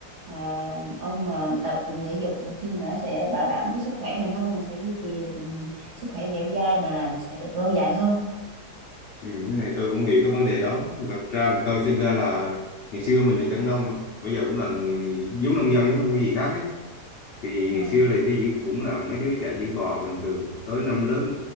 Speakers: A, on the right; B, on the left.
A: à, ông mà tập thể dục thường xuyên là nó sẽ bảo đảm cái sức khỏe mình hơn, mình sẽ duy trì được ừ, sức khỏe dẻo dai mà làm sẽ được lâu dài hơn.
B: Ừ, cái này tôi cũng hiểu cái vấn đề đó. Thật ra thì tôi sinh ra là ngày xưa mình là dân nông mà, bây giờ cũng là người giống nông dân chứ không có gì khác ấy. Thì
A: Ừ.
B: ngày xưa là đi giữ cũng là mấy đứa trẻ giữ bò bình thường, tới năm lớp